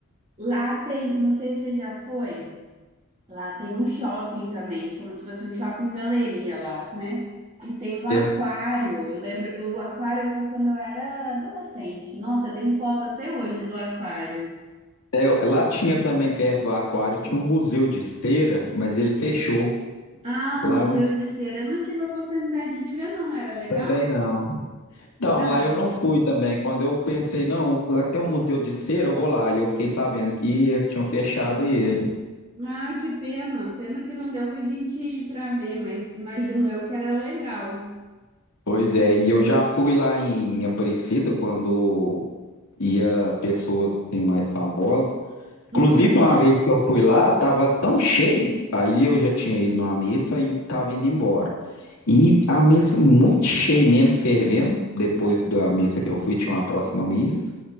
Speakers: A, on the right; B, on the left.
A: Lá tem, não sei se você já foi, lá tem um shopping também, como se fosse um shopping galeria lá, né? E tem um aquário.
B: É,
A: Eu lembro, eu, o aquário eu fui quando eu era adolescente. Nossa, eu tenho foto até hoje do aquário.
B: É, eu- lá tinha também perto do aquário, tinha um museu de cera, mas ele fechou.
A: Ah, o
B: Lá
A: Museu
B: eu não.
A: de Cera. Eu não tive a oportunidade de ver, não. Era legal?
B: Também não. Não,
A: Ah,
B: lá eu não fui também. Quando eu pensei, não, até um museu de cera, eu vou lá. E eu fiquei sabendo que eles tinham fechado e ele.
A: ah, que pena. Pena que não deu pra gente ir pra ver, mas imagino eu que era legal.
B: Pois é, e eu já fui lá em Aparecida quando ia pessoas assim, mais famosas. Inclusive,
A: Hum,
B: uma vez que eu fui lá, tava tão cheio. Aí eu já tinha ido numa missa e tava indo embora. E a missa muito cheia mesmo, fervendo. Depois da missa que eu fui, tinha uma próxima missa.